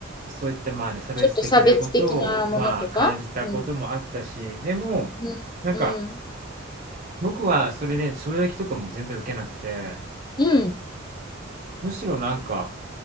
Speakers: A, on the right; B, on the left.
A: そういった、まあね、差別的なことを、
B: ちょっと差別的なものとかうん。
A: まあ、感じたこともあったし、でも、
B: うん。
A: なんか、
B: うん。
A: 僕はそれで衝撃とかも全然受けなくて、
B: うん。
A: むしろなんか、